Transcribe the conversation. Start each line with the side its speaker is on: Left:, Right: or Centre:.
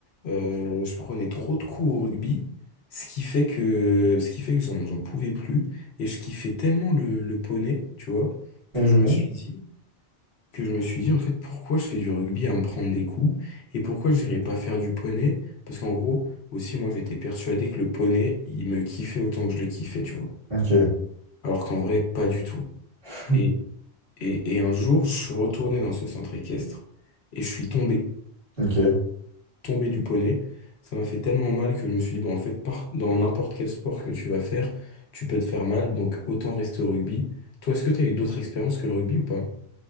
Left: euh, je prenais trop de coups au rugby, ce qui fait que, ce qui fait que j'en j'en pouvais plus. Et je kiffais tellement le, le poney, tu vois,
Right: Mhm.
Left: que je me suis dit, que je me suis dit en fait pourquoi je fais du rugby à me prendre des coups et pourquoi j'irais pas faire du poney parce qu'en gros aussi moi j'étais persuadé que le poney il me kiffait autant que je le kiffais tu vois
Right: Ok,
Left: alors qu'en vrai pas du tout
Right: <laughs>
Left: et et, et un jour je suis retourné dans ce centre équestre et je suis tombé
Right: ok.
Left: tombé du poney ça m'a fait tellement mal que je me suis dit bon en fait par- dans n'importe quel sport que tu vas faire tu peux te faire mal donc autant rester au rugby toi est-ce que t'as eu d'autres expériences que le rugby ou pas